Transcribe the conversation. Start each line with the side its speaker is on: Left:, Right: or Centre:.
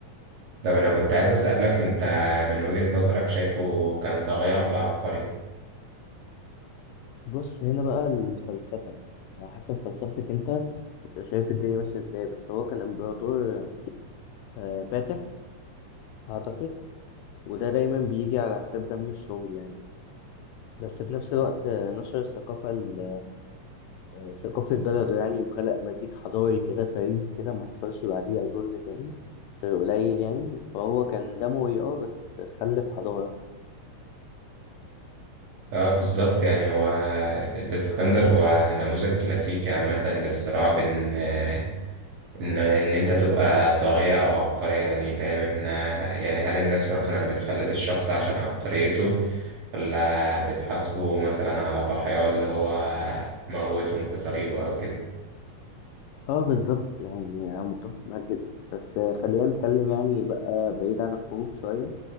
Right: طب أنا كنت عايز أسألك أنت من وجهة نظرك شايفه كان طاغية ولا عبقري؟
Left: بص هنا بقى الفلسفة يعني على حسب فلسفتك أنت أنت شايف الدنيا ماشية إزاي بس هو كان إمبراطور آه، فاتح أعتقد وده دايما بيجي على حساب دم الشعوب يعني بس في نفس الوقت آه، نشر الثقافة ال- آه، ثقافة بلده يعني وخلق مزيج حضاري كده فريد كده ما حصلش بعديه أظن تاني آه، قليل يعني فهو كان دموي اه بس خلف حضارة
Right: اه بالظبط يعني هو الإسكندر هو نموذج كلاسيكي عامة للصراع بين آه، ان ان انت تبقى طاغية او عبقري يعني فاهم احنا يعني هل الناس مثلا بتخلد الشخص عشان عبقريته ولا بتحاسبه مثلا على ضحاياه اللي هو موتهم في طريقه او كده
Left: اه بالظبط يعني أنا متفق معاك جدا بس آه، خلينا نتكلم يعني بقى بعيد عن الحروب شوية